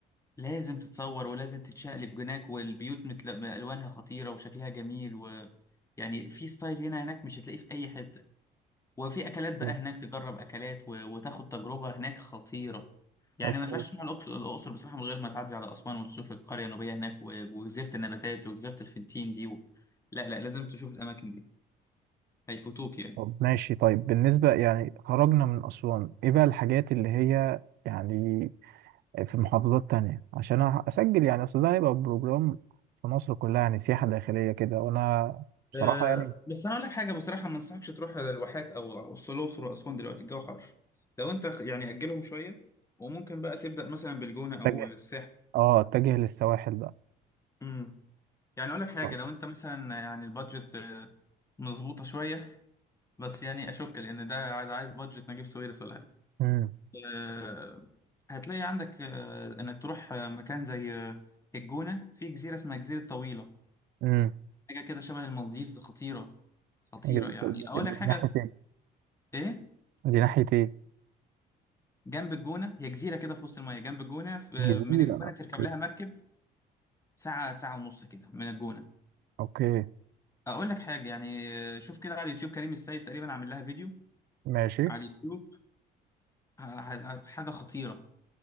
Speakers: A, on the left; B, on the right.
A: لازم تتصور ولازم تتشقلب هناك والبيوت متل... الوانها خطيره وشكلها جميل و يعني في ستايل هنا هناك مش هتلاقيه في اي حته وفي اكلات بقى
B: أه
A: هناك تجرب اكلات و... وتاخد تجربه هناك خطيره يعني
B: أوكي
A: ما ينفعش تروح الاقصر الاقصر بصراحه من غير ما تعدي على اسوان وتشوف القريه النوبيه هناك و... وجزيره النباتات وجزيره الفنتين دي و... لا لا لازم تشوف الاماكن دي هيفوتوك يعني
B: طب ماشي طيب بالنسبة يعني خرجنا من أسوان إيه بقى الحاجات اللي هي يعني في محافظات تانية عشان أنا أسجل يعني أصل ده هيبقى بروجرام في مصر كلها يعني سياحة داخلية كده وأنا بصراحة
A: أه
B: يعني
A: بس انا اقول لك حاجه بصراحه ما انصحكش تروح الواحات او أو الاقصر واسوان دلوقتي الجو حر لو انت خ- يعني اجلهم شويه وممكن بقى تبدا مثلا بالجونه او
B: أتجه
A: الساحل
B: أه أتجه للسواحل بقى
A: امم يعني اقول لك حاجه
B: طيب.
A: لو انت مثلا يعني البادجت آه، مظبوطه شويه بس يعني اشك لان ده عايز عايز بادجت نجيب ساويرس ولا حاجه
B: أمم
A: أه هتلاقي عندك أه انك تروح آه، مكان زي آه، الجونه في جزيره اسمها جزيره طويله
B: أمم
A: حاجه كده شبه المالديفز خطيره خطيره
B: جز-
A: يعني
B: جز-
A: اقول لك حاجه
B: ناحية إيه؟
A: ايه
B: دي ناحية إيه؟
A: جنب الجونة هي جزيرة كده في وسط المية جنب الجونة في-
B: جزيرة
A: من الجونة
B: أوكي
A: تركب لها مركب ساعة ساعة ونص كده من الجونة
B: أوكي
A: أقول لك حاجة يعني شوف كده على اليوتيوب كريم السيد تقريبا عامل لها فيديو
B: ماشي
A: على اليوتيوب ه- ه- حاجة خطيرة